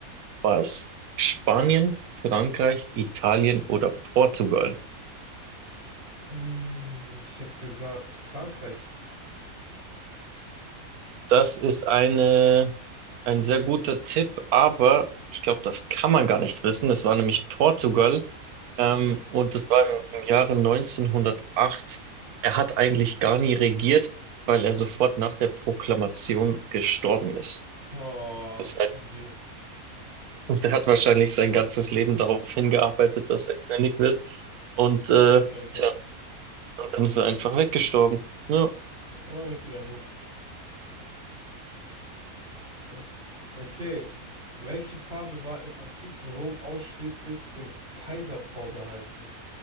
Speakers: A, on the right; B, on the right.
A: War es Spanien, Frankreich, Italien oder Portugal?
B: Hm, Ich hätte gesagt, Frankreich.
A: Das ist eine, ein sehr guter Tipp, aber ich glaube, das kann man gar nicht wissen. Es war nämlich Portugal, ähm,
B: Mhm.
A: und das war im, im Jahre neunzehnhundertacht. Er hat eigentlich gar nie regiert, weil er sofort nach der Proklamation gestorben ist.
B: Oh,
A: Das heißt,
B: GG.
A: der hat wahrscheinlich sein ganzes Leben darauf hingearbeitet, dass er König wird. Und, äh,
B: Stirbt einfach.
A: tja, und dann ist er einfach weggestorben. Ja.
B: Ein richtiger Noob. Ja. Okay. Welche Farbe war im antiken Rom ausschließlich dem Kaiser vorbehalten?